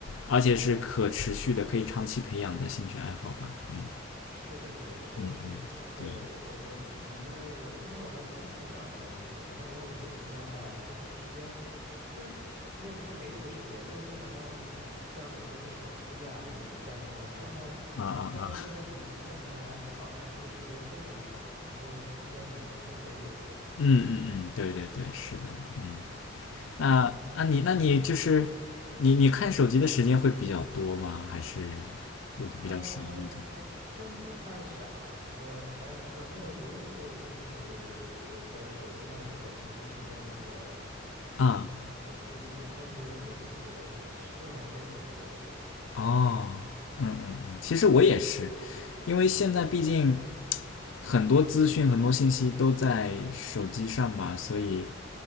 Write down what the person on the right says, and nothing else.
是的，是的，你说的是，
而且我我自己，
因为我因为我还真挺喜欢看书的，然后我也是觉得现在，哎呀，看书的时间就是你也不是没这个时间，但是就好像像有的时候被手机啊什么的给占用了，<laughs> 然后
真正最后能静下心来好好看书的时间非常少，然后一天可能就看一点点。
是的。
啊，还真不算少，我还我没有留意过，就是我的手机上的这个屏幕时间的这个叫什么这个记录，
但是我自己觉得其实用的还真挺多的。